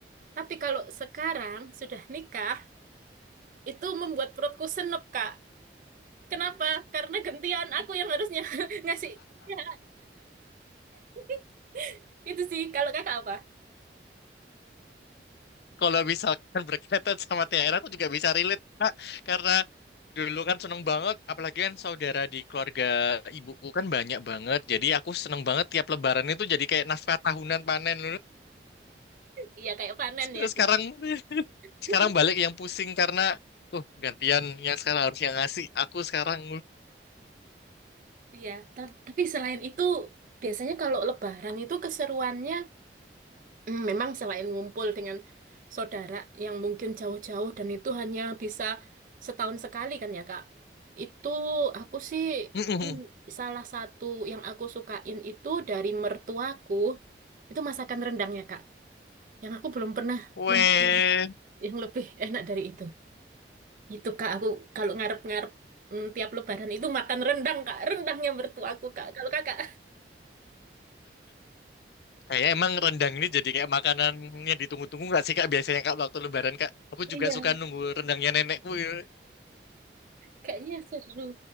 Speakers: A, on the right; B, on the left.
A: Tapi kalau sekarang sudah nikah, itu membuat perutku senep, Kak. Kenapa? Karena gantian aku yang harusnya <laughs> ngasih. Ya, <laughs> itu sih, kalau kakak apa?
B: Kalau misalkan <laughs> berkaitan sama THR, aku juga bisa relate, Kak. Karena dulu kan seneng banget, apalagi kan saudara di keluarga ibuku kan banyak banget. Jadi aku seneng banget tiap lebaran itu jadi kayak nafkah tahunan panen.
A: Iya, kayak panen
B: <laughs>
A: ya.
B: Sekarang
A: <laughs>
B: sekarang balik yang pusing karena uh gantian yang sekarang harus yang ngasih aku sekarang
A: Iya, ta- tapi selain itu, biasanya kalau Lebaran itu keseruannya mm, memang selain ngumpul dengan saudara yang mungkin jauh-jauh dan itu hanya bisa setahun sekali kan ya Kak. Itu aku sih
B: <laughs>
A: mm, salah satu yang aku sukain itu dari mertuaku itu masakan rendangnya Kak. Yang aku belum pernah
B: weh
A: nemuin yang lebih enak dari itu. Itu Kak aku kalau ngarep-ngarep mm, tiap Lebaran itu makan rendang Kak. Rendangnya mertuaku Kak. Kalau Kakak
B: kayak emang rendang ini jadi kayak makanannya ditunggu-tunggu nggak sih kak biasanya kak waktu lebaran kak aku juga
A: Iya.
B: suka nunggu rendangnya nenekku ya.
A: Kayaknya seru.